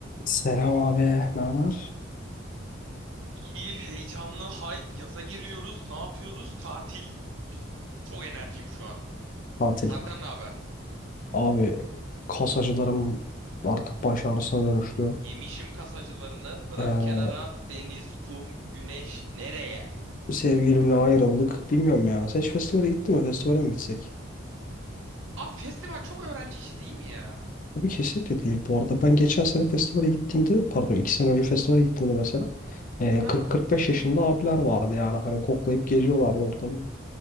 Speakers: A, on the left (about 45°); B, on the right (about 80°).
A: Selam abi, ne haber?
B: İyi, heyecanlı, hype. Yaza giriyoruz. Ne yapıyoruz? Tatil. Çok enerjim şu an.
A: Tatil.
B: Senden ne haber?
A: Abi, kas acılarım artık baş ağrısına dönüştü.
B: Yemişim kasacılarını. Bırak
A: Ee,
B: kenara. Deniz, kum, güneş. Nereye?
A: sevgilimle ayrıldık. Bilmiyorum ya. Sen hiç festivale gittin mi? Festivale mi gitsek?
B: Abi festival çok öğrenci işi değil mi ya?
A: Abi kesinlikle değil. Bu arada ben geçen sene festivale gittiğimde, pardon iki sene önce festivale gittiğimde mesela ee,
B: Ha.
A: 40-45 yaşında abiler vardı yani. Hani koklayıp geziyorlardı ortamı.